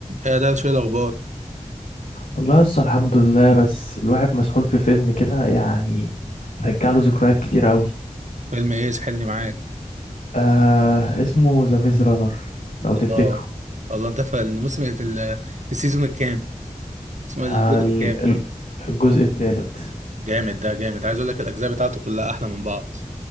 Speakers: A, on the right; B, on the left.
A: يا ده شوية الأخبار
B: والله لسه الحمد لله بس الواحد مسحول في فيلم كده يعني رجع له ذكريات كتير قوي
A: فيلم إيه سحلني معاك
B: آه اسمه ذا ميز رانر لو
A: الله
B: تفتكره
A: الله أنت في الموسم في ال- في السيزون الكام اسمه إيه،
B: آه
A: الجزء
B: ال-
A: الكام
B: ال- الجزء الثالث
A: جامد ده جامد عايز أقول لك الأجزاء بتاعته كلها أحلى من بعض